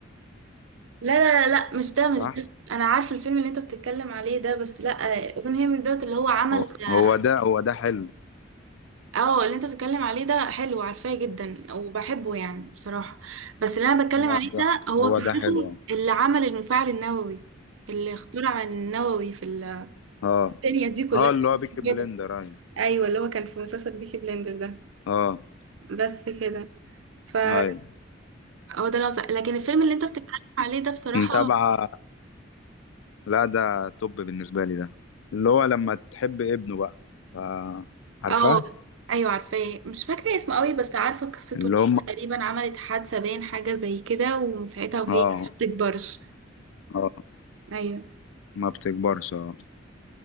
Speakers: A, on the right; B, on the left.
A: لا لا لا لا، مش ده
B: صح
A: مش ده انا عارفه الفيلم اللي انت بتتكلم عليه ده بس لا اوبنهيمر دوت اللي هو عمل
B: هو
A: اه
B: هو ده هو ده حلو
A: آه، اللي انت بتتكلم عليه ده حلو عارفاه جدا وبحبه يعني بصراحه بس اللي انا بتكلم
B: هو
A: عليه
B: ده
A: ده هو
B: هو
A: قصته
B: ده حلو اه
A: اللي عمل المفاعل النووي اللي اخترع النووي في ال-
B: اه
A: الدنيا دي كلها
B: آه، اللي هو بيكي بلندر
A: كده
B: ايوه
A: ايوه اللي هو كان في مسلسل بيكي بلندر ده
B: اه
A: بس كده فهو
B: ايوه
A: ده العظ- لكن الفيلم اللي انت بتتكلم عليه ده بصراحه
B: ومتابعة لا ده توب بالنسبة لي ده اللي هو لما تحب ابنه بقى ف عارفاه
A: اه ايوه عارفاه مش فاكره اسمه قوي بس عارفه قصته
B: اللي
A: ان
B: هم
A: هي تقريبا عملت حادثه باين حاجه زي كده ومن ساعتها وهي
B: اه
A: ما بتكبرش
B: اه
A: ايوه
B: ما بتكبرش اه